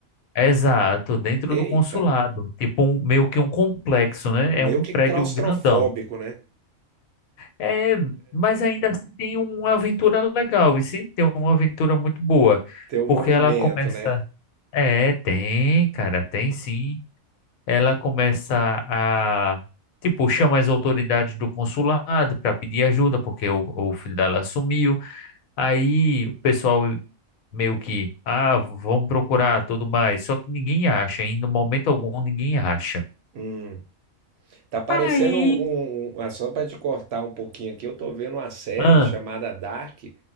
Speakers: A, on the left (about 85°); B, on the right (about 65°).
A: exato, dentro do
B: Eita,
A: consulado, tipo um, meio que um complexo, né?
B: meio
A: É um
B: que claustrofóbico,
A: prédio grandão.
B: né?
A: É, mas ainda assim tem uma aventura legal, e sim, tem uma aventura muito boa,
B: Ter o movimento,
A: porque ela começa
B: né?
A: É, tem, cara, tem sim. Ela começa a, tipo, chama as autoridades do consulado para pedir ajuda, porque o, o filho dela sumiu. Aí o pessoal meio que, ah, vamos procurar tudo mais. Só que ninguém acha, e no momento algum ninguém acha.
B: Hum. Tá parecendo
A: Aí,
B: um, um- um, ah, Só para te cortar um pouquinho aqui, eu tô vendo uma série
A: ah,
B: chamada Dark